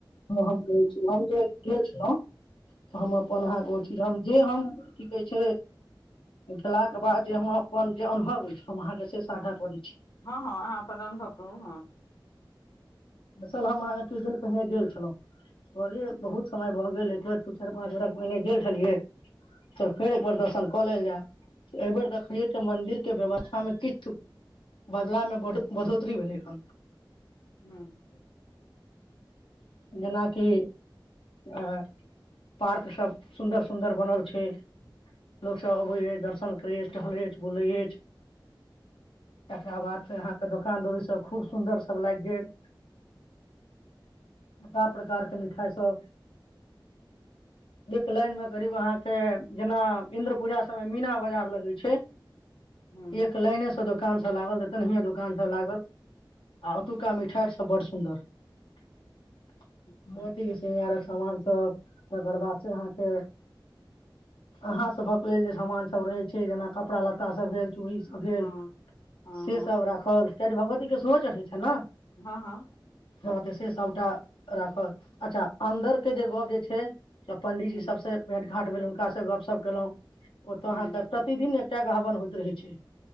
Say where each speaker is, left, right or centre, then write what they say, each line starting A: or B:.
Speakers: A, on the left; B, on the left.
A: हम कहै छी हम जे गेल छलौ। हम अपन अहाँ के ओ चीज हम जे हम की कहै छै गेला के बाद जे हम अपन जे अनुभव होय, हम अहाँ के से साझा करै छी।
B: हाँ-हाँ अहाँ अपन अनुभव कहु हाँ।
A: दरसल हम अहाँके कुछ दिन पहिने गेल छलौ, कहलियै बहुत समय भऽ गेल एक बेर दू, चार, पाँच बरख पहिने गेल छलियै तऽ फेर एक बेर दर्शन कऽ लेल जाय, ए बेेर देखलियै जे मन्दिर के व्यवस्था मे किछ बदलाव मे ब बढ़ो तरी भेलै हन।
B: ह्म्म।
A: जेना कि अ पार्क सब सुन्दर-सुन्दर बनल छै, लोक सब अबै अय, दर्शन करे अय, टहले एछ, बुले एछ, तकरा बाद से अहाँ के दो दुकान दौरी सब खूब सुन्दर सब लागि गेल केए प्रकार प्रकार के मिठाई सब एक लाइन मे करीब अहाँ के जेना इन्द्र पूजा सबमे मीना बाजार लगै छै।
B: हूँ
A: एक लाइने स दोकान लागल तनहै दोकान सब लागल आ ओतुका मिठाय सब बड़ सुन्दर भगवती
B: अच्छा
A: के श्रृंगारक समान सब तकर बाद से अहाँके अहाँ सभक लेल जे सामान सब रहै छै जेना कपड़ा लत्ता सब भेल। चूरी सब भेल
B: हँ हँ
A: से
B: हँ
A: सब राखल। उच्चैठ भगवती के सेहो चढ़ैत छै ने?
B: हँ हँ
A: हँ तऽ से सबटा राखऽ अच्छा अन्दर के जे गप जे छै‌। ज पंडितजी
B: ह
A: सबसँ भेंट घाट भेल हुनका से गप केलहुँ। ओ
B: ह
A: तऽ अहाँके प्रतिदिन एकटा के हवन होइत रहै छै।